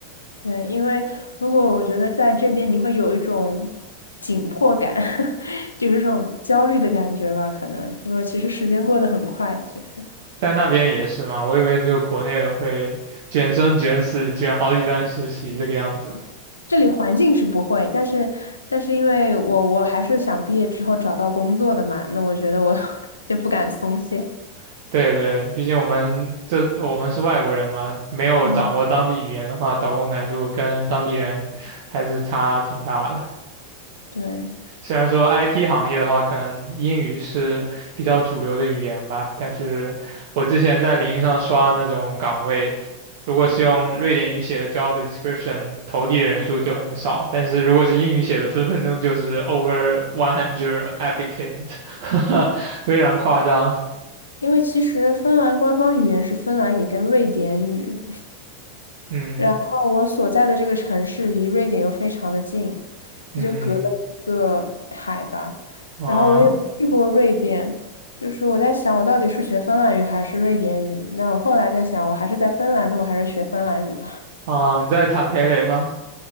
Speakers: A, on the left; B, on the right.
A: 对，因为如果我觉得在这边你会有一种紧迫感，<laughs> 就是这种焦虑的感觉吧，可能因为其实时间过得很快，其实。
B: 在那边也是吗？我以为只有国内的会卷生卷死，卷好几段实习这个样子。
A: 嗯，这里环境是不会，但是但是因为我我还是想毕业之后找到工作的嘛，那我觉得我 <laughs> 就不敢松懈。
B: <laughs> 对对，毕竟我们这我们是外国人嘛，没有掌握当地语言的话，
A: 嗯，
B: 找工难度跟当地人还是差挺大的。
A: 对，
B: 虽然说 IT 行业的话，可能英语是比较主流的语言吧，但是我之前在领英上刷那种岗位，如果是用瑞典语写的 job description，投递的人数就很少，但是如果是英语写的，分分钟就是 over one hundred applicant，<laughs> 非常夸张。
A: 因为其实芬兰官方语言是芬兰语跟瑞典语。
B: 嗯
A: 然后我所在的这个城市离瑞典又非常的近，它就隔了一个海吧。
B: 嗯啊
A: 然后我也有去过瑞典，就是我在想我到底是学芬兰语还是瑞典语？那我后来在想，我还是在芬兰，那我还是学芬兰语吧。
B: 啊，你在坦培雷吗？